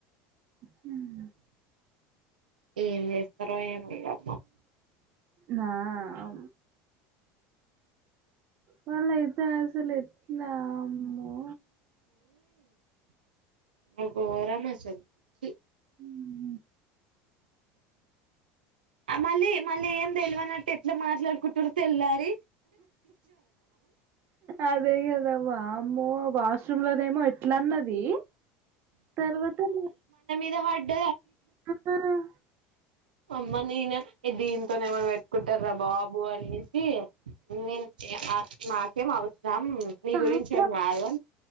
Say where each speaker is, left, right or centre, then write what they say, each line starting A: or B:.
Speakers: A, on the right; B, on the right.
A: హ్మ్మ్
B: ఏం చేస్తారో ఏమో ఇగ అర్థంకాలే
A: నా అ మళ్లీ ఇతే అసలు ఎట్లా అమ్మో
B: నాకు ఓవ్వరు నచ్చరు చి
A: ఉమ్.
B: అ మళ్ళీ మళ్ళీ ఏం తెలివనట్టు ఎట్లా మాట్లాడుకుటురు తెల్లాలి
A: అదేగదవామ్ మ్మో వాష్ రూమ్ లోనేమో ఇట్ల అన్నది తర్వాత న
B: ద వడ్డ
A: ఆ
B: అమ్మ నేనే దీంతోనేవరు పెట్కుంటారా బాబు అనేసి నేను నాకేం అవసరం రామ్ నీ
A: సాయంత్రం
B: గురించి ఏమ కాదు